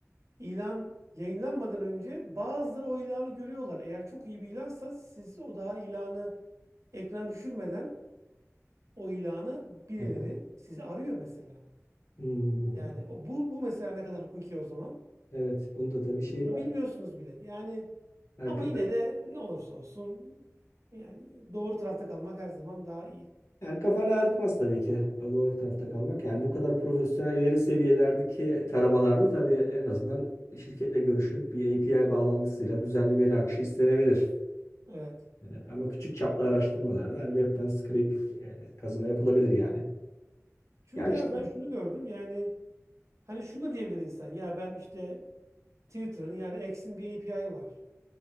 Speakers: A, on the right (about 65°); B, on the left (about 60°).
A: ilan yayınlanmadan önce bazıları o ilanı görüyorlar. Eğer çok iyi bir ilansa siz o daha ilanı ekran düşürmeden o ilanı birileri
B: Evet.
A: sizi arıyor mesela.
B: Hmm.
A: Yani o bu bu mesela ne kadar hukuki o zaman?
B: Evet. Bunda tabii
A: Siz
B: şey
A: bunu
B: var.
A: bilmiyorsunuz bile. Yani
B: Herkes
A: ama yine de ne olursa olsun yani doğru tarafta kalmak her zaman daha iyi.
B: Yani kafanı ağrıtmaz tabii ki o doğru tarafta kalmak. Yani bu kadar profesyonel ileri seviyelerdeki taramalarda tabii en azından şirketle görüşülüp bir API bağlantısıyla düzenli veri akışı istenebilir.
A: Evet.
B: Ee, Ama küçük çaplı araştırmalarda hani webten scrape e, kazıma yapılabilir yani.
A: Çünkü
B: Ya işte
A: abi ben şunu gördüm yani hani şunu da diyebilir insan ya ben işte Twitter'ın yani X'in bir API'ı var.